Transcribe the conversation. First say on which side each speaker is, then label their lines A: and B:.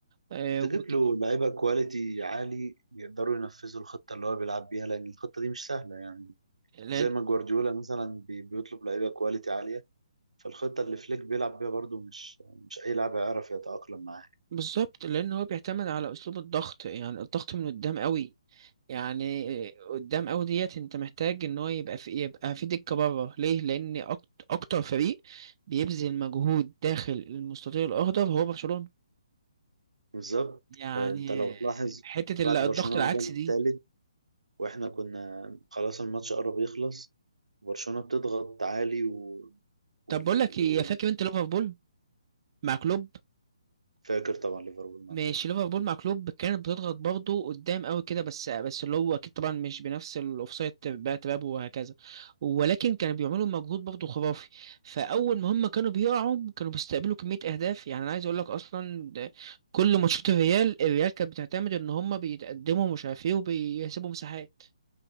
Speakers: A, on the right; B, on the right.
A: آه،
B: تجيب
A: وبك-
B: له لعيبة كواليتي عالي يقدروا ينفذوا الخطة اللي هو بيلعب بيها لأن الخطة دي مش سهلة يعني
A: لان
B: زي ما جوارديولا مثلا بي- بيطلب لعيبة كواليتي عالية فالخطة اللي فليك بيلعب بيها برضو مش مش أي لاعب هيعرف يتأقلم معاها
A: بالظبط لان هو بيعتمد على اسلوب الضغط يعني الضغط من قدام قوي يعني قدام قوي ديت انت محتاج ان هو يبقى في يبقى في دكه بره ليه لان أكت- اكتر فريق بيبذل مجهود داخل المستطيل الاخضر هو برشلونه
B: بالظبط
A: يعني
B: آه، أنت لو تلاحظ
A: حته ال-
B: بعد
A: الضغط
B: برشلونة
A: العكسي
B: ما جاب
A: دي
B: التالت وإحنا كنا خلاص الماتش قرب يخلص برشلونة بتضغط عالي و... وال...
A: طب بقول لك ايه
B: وال...
A: فاكر انت ليفربول مع كلوب
B: فاكر طبعا ليفربول مغلوب
A: ماشي ليفربول مع كلوب كانت بتضغط برضه قدام قوي كده بس بس اللي هو اكيد طبعا مش بنفس الاوفسايد بقى تراب وهكذا ولكن كانوا بيعملوا مجهود برضه خرافي فاول ما هم كانوا بيقعوا كانوا بيستقبلوا كميه اهداف يعني انا عايز اقول لك اصلا ده كل ماتشات الريال الريال كانت بتعتمد ان هم بيتقدموا مش عارف ايه وبيسيبوا مساحات